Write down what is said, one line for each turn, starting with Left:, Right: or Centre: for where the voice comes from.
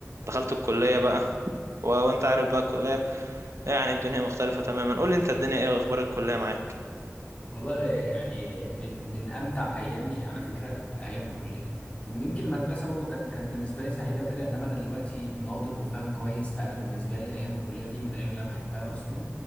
Right: دخلت الكلية بقى و... وأنت عارف بقى الكلية يعني الدنيا مختلفة تماما قول لي أنت الدنيا إيه أخبار الكلية معاك
Left: والله يعني من من امتع ايامي على فكره ايام الكليه يمكن المدرسه برضو كانت كانت بالنسبه لي سعيده وكده انما انا دلوقتي ناضج وفاهم كويس فانا بالنسبه لي ايام الكليه دي من الايام اللي انا بحبها اصلا